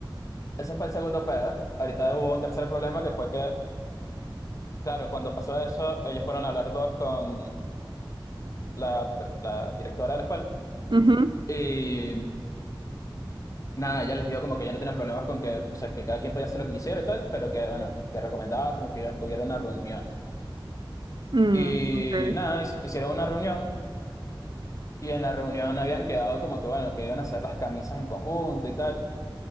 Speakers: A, on the left; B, on the right.
A: Ese fue el segundo pedo. Ahorita hubo un tercer problema que fue que, claro, cuando pasó eso, ellos fueron a hablar todos con la, la directora de la escuela.
B: Ujú.
A: Y nada, ella les dijo como que ella no tenía problemas con que, o sea, que cada quien podía hacer lo que quisiera y tal, pero que, bueno, que recomendaba como que hubiera una reunión.
B: Mm,
A: Y
B: ok.
A: nada, his- hicieron una reunión y en la reunión habían quedado como que, bueno, que iban a hacer las camisas en conjunto y tal.